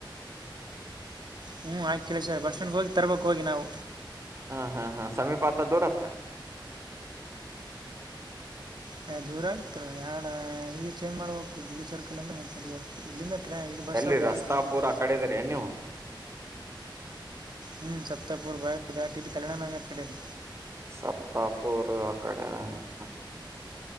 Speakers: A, on the right; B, on the right.
A: ಹ್ಮ್ ಹಾಕಿ ಕೇಳಸರ ಬಸ್ ಸ್ಟ್ಯಾಂಡ್ಗೆ ಹೋಗಿ ತರ್ಬಕ್ ಹೋಗಿ ನಾವು
B: ಹಾ ಹಾ ಹಾ ಸಮೀಪ ಆತ್ತ ದೂರತ್ತ
A: ಹಾ ದೂರ ಆಗ್ತು ಎರಡು ಚೇಂಜ್ ಮಾಡ್ಬೇಕು ಜುಗಿ ಸರ್ಕಲ್ ಅಂದ ಮತ್ತೆಬೇಕು ಇಲ್ಲಿಂದ ಟ್ರೈ ಇದು ಬಸ್
B: ಎಲ್ಲಿ
A: ಡೈರೆಕ್ಟ್
B: ರಸ್ತಾಪೂರಾ
A: ಹೋಗ್ಬೇಕು
B: ಕಡೆದೀರಿ ನೀವು
A: ಹ್ಮ್ <unintelligible> ಕಡೆ ಇದೆ
B: ಸಪ್ತಾಪುರ್ ಕಡೆ ಹಾ ಹಾ